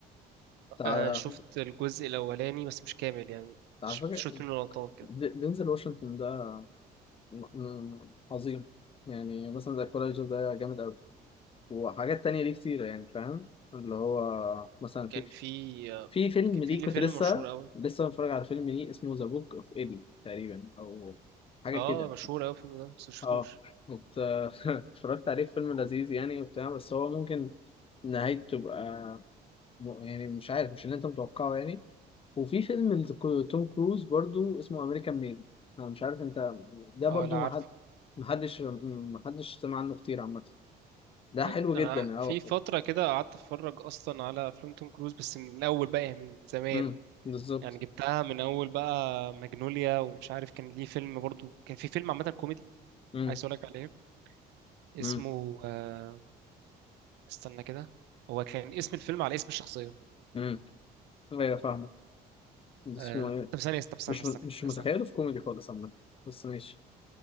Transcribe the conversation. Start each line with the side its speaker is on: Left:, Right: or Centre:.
Left: بتاع
Right: آه شفت الجزء الأولاني بس مش كامل يعني
Left: بتاع
Right: ش-
Left: فاكر
Right: شفت منه لقطات كده
Left: د- دينزل واشنطن ده م- م- عظيم يعني مثلا ذا كولايزر ده جامد قوي وحاجات تانية ليه كتير يعني فاهم اللي هو مثلا
Right: كان
Left: في
Right: في آه،
Left: في فيلم
Right: كان
Left: ليه
Right: في ليه
Left: كنت
Right: فيلم
Left: لسه
Right: مشهور قوي
Left: لسه بتفرج على فيلم ليه اسمه ذا بوك اوف ايدي تقريبا او حاجه كده
Right: اه مشهور قوي الفيلم ده بس مشفتوش
Left: اه ات- <laughs> اتفرجت عليه فيلم لذيذ يعني وبتاع بس هو ممكن نهايته تبقى م- يعني مش عارف مش اللي انت متوقعه يعني وفي فيلم لتو- توم كروز برضو اسمه امريكان ميد انا مش عارف انت ده
Right: اه
Left: برضو
Right: لا عارفه
Left: محد محدش محدش سمع عنه كتير عامة ده
Right: يعني
Left: حلو
Right: انا
Left: جدا
Right: في
Left: اه
Right: فترة كده قعدت اتفرج اصلا على افلام توم كروز بس من الاول بقى يعني من زمان
Left: امم بالظبط
Right: يعني جبتها من اول بقى ماجنوليا ومش عارف كان ليه فيلم برضو كان في فيلم عامه كوميدي
Left: امم
Right: عايز اقول لك عليه اسمه
Left: امم
Right: آه، استنى كده هو كان اسم الفيلم على اسم الشخصيه
Left: امم ايوه فاهمه بس
Right: آه،
Left: اسمه ايه
Right: طب ثانيه طب استنى
Left: مش
Right: استنى
Left: م- مش
Right: استنى
Left: متخيله في كوميدي خالص عامة بس ماشي